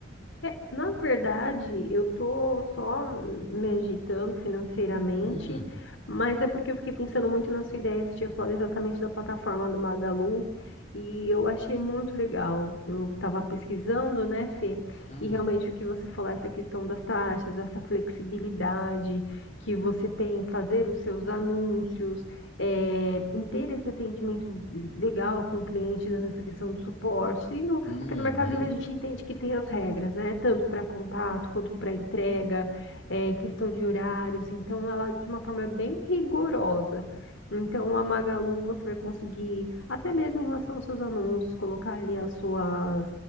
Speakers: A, on the left (about 70°); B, on the left (about 35°).
A: É, na verdade, eu tô só me agitando financeiramente,
B: Hum,
A: mas é porque eu fiquei pensando muito na sua ideia. Você tinha falado exatamente da plataforma do Magalu e eu achei muito legal. Eu estava pesquisando, né, Fê?
B: hum,
A: E realmente o que você falou, essa questão das taxas, essa flexibilidade que você tem em fazer os seus anúncios, é, em ter esse atendimento legal com o cliente, dando essa questão do suporte,
B: uhum,
A: porque no Mercado Livre a gente entende que tem as regras, né? Tanto para contato quanto para entrega, é, em questão de horários. Então, ela de uma forma bem rigorosa. Então, a Magalu você vai conseguir, até mesmo em relação aos seus anúncios, colocar ali as suas,